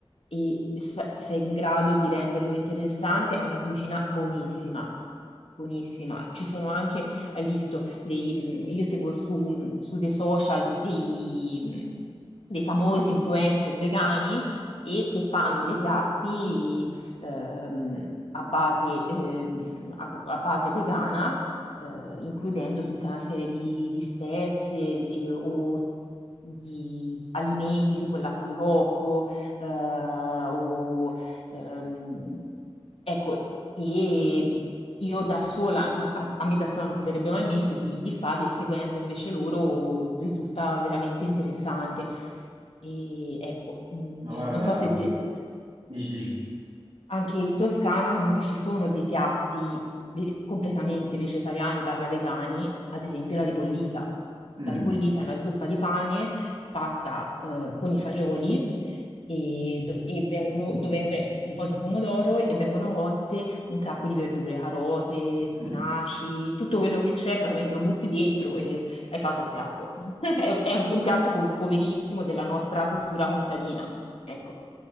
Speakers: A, on the left; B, on the right.
A: e se sei in grado di renderlo interessante, è una cucina buonissima. Buonissima. Ci sono anche, hai visto, dei, mh, io seguo su, mh, su dei social dei, mh, dei famosi influencer vegani e che fanno dei piatti ehm, a base, ehm, a, a base vegana, eh, includendo tutta una serie di, di spezie e- o di alimenti tipo il latte di cocco, eh, o, ehm, ecco, e io da sola, no, a, a me da sola non verrebbe mai in mente di, di farli e seguendo invece loro risulta veramente interessante. E ecco, mh,
B: ma guarda,
A: non so se te,
B: dici, dici,
A: anche in Toscana comunque ci sono dei piatti ve- completamente vegetariani barra vegani, ad esempio la ribollita.
B: Mm,
A: La ribollita è una zuppa di pane fatta eh, con i fagioli e, dove, e vengono, dove ve- un po' di pomodoro e vengono cotte un sacco di verdure, carote, spinaci,
B: mm.
A: tutto quello che c'è, praticamente lo butti dentro e hai fatto il piatto. <laughs> È, è un, un piatto po- poverissimo della nostra cultura contadina. Ecco,